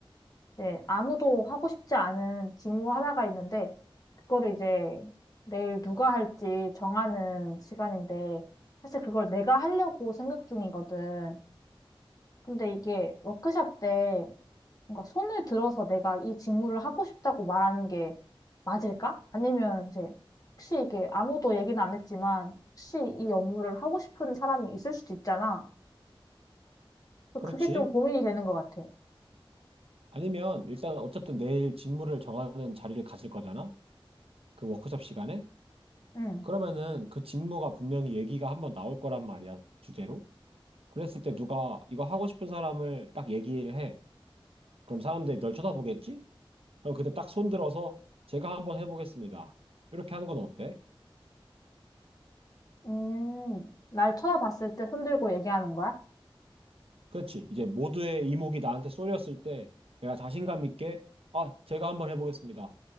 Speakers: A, on the left; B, on the right.
A: 이제 아무도 하고 싶지 않은 직무 하나가 있는데 그거를 이제 내일 누가 할지 정하는 시간인데 사실 그걸 내가 하려고 생각 중이거든. 근데 이게 워크샵 때 뭔가 손을 들어서 내가 이 직무를 하고 싶다고 말하는 게 맞을까? 아니면 이제 혹시 이게 아무도 얘기는 안 했지만 혹시 이 업무를 하고 싶은 사람이 있을 수도 있잖아. 그래서
B: 그렇지.
A: 그게 좀 고민이 되는 것 같아.
B: 아니면 일단 어쨌든 내일 직무를 정하는 자리를 가질 거잖아? 그 워크숍 시간에?
A: 응.
B: 그러면은 그 직무가 분명히 얘기가 한번 나올 거란 말이야, 주제로. 그랬을 때 누가 이거 하고 싶은 사람을 딱 얘기를 해. 그럼 사람들이 널 쳐다보겠지? 그럼 그때 딱 손들어서 제가 한번 해보겠습니다. 이렇게 하는 건 어때?
A: 음, 날 쳐다봤을 때 손들고 얘기하는 거야?
B: 그렇지. 이제 모두의 이목이 나한테 쏠렸을 때 내가 자신감 있게 아, 제가 한번 해보겠습니다.